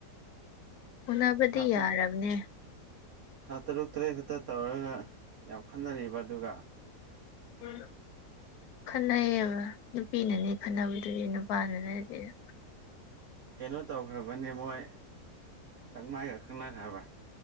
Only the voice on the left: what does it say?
ꯎꯟꯅꯕꯗꯤ
ꯌꯥꯔ
ꯕꯅꯦ
ꯎꯝ ꯈꯠꯅꯩꯌꯦꯕ ꯅꯨꯄꯤꯅꯅꯦ ꯈꯠꯅꯕꯗꯨꯗꯤ ꯅꯨꯄꯥꯅ ꯅꯠꯇꯦꯕ